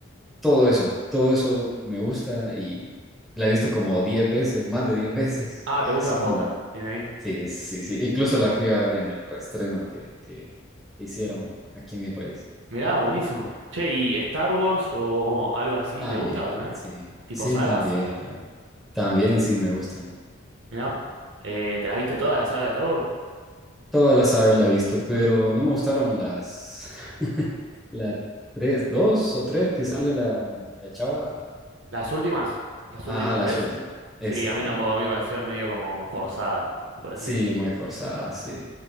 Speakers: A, in the centre; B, on the right.
A: todo eso, todo eso me gusta y la he visto como 10 veces, más de 10 <laughs> veces,
B: Ah,
A: eh,
B: te gusta
A: así
B: la
A: como,
B: posta, tiene ahí.
A: sí, sí, sí, incluso la fui a ver en el reestreno que, que hicieron aquí en mi país.
B: Mirá, buenísimo. Che, ¿y Star Wars o algo así,
A: También,
B: te gusta también?
A: sí,
B: Tipo
A: sí,
B: sagas.
A: también, también, también, sí, me gustan.
B: Mirá, eh, ¿te la viste toda la saga de Star Wars?
A: Toda la saga la he visto, pero no me gustaron las, <laughs> la tres, dos o tres que sale la, la chava, la,
B: ¿Las últimas? ¿Las
A: ajá,
B: últimas
A: las
B: tres?
A: últimas, esas
B: Sí, a mí
A: meras.
B: tampoco, a mí me parecieron medio como forzadas, por
A: Sí,
B: así decirlo.
A: muy forzadas, sí.